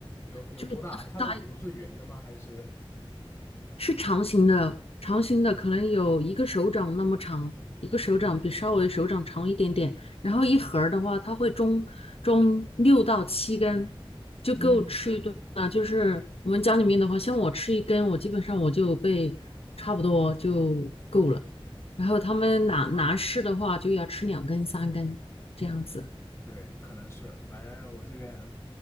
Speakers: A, on the left; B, on the left.
A: 有有多大？
B: 就是很大。
A: 它的骨头是圆的吗？还是
B: 是长形的，长形的可能有一个手掌那么长，一个手掌比稍微手掌长一点点。然后一盒儿的话，它会装装六到七根，就够吃一顿啊。
A: 嗯
B: 就是我们家里面的话，像我吃一根，我基本上我就被差不多就够了。然后他们男男士的话，
A: 啊，
B: 就要吃两根、三根这样子。
A: 对，可能是，反正我这边